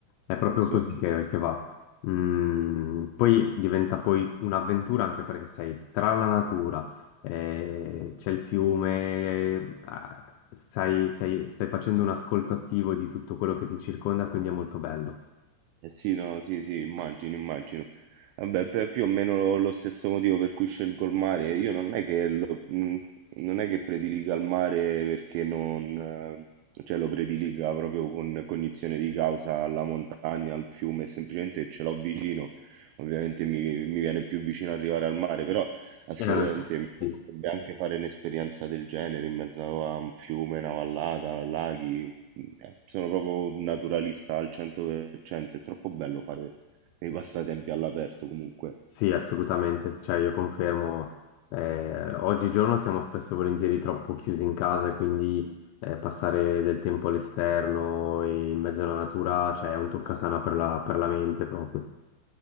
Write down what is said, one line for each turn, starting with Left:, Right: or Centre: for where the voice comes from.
Left: è proprio
Right: sensazione.
Left: così che, che va. Mm, poi diventa poi un'avventura anche perché sei tra la natura, eh, c'è il fiume, eh, ah, sai- sei- stai facendo un ascolto attivo di tutto quello che ti circonda, quindi è molto bello.
Right: Eh sì, no, sì, sì, immagino, immagino. Vabbè, per- più o meno lo, lo stesso motivo per cui scelgo il mare. Io non è che lo, mm, non è che prediliga il mare perché non, eh, cioè lo prediliga proprio con cognizione di causa alla montagna, al fiume, semplicemente ce l'ho vicino. Ovviamente mi, mi viene più vicino arrivare al mare, però
Left: Eh,
Right: assolutamente
Left: Veramente.
Right: mi piacerebbe
Left: sì.
Right: anche fare un'esperienza del genere in mezzo a un fiume, una vallata, laghi. Eh, sono proprio un naturalista al 100%, è troppo bello fare dei passatempi all'aperto comunque.
Left: Sì, assolutamente, cioè io confermo, eh, oggigiorno siamo spesso e volentieri troppo chiusi in casa, e quindi eh, passare del tempo all'esterno e in mezzo alla natura, cioè è un toccasana per la, per la mente proprio.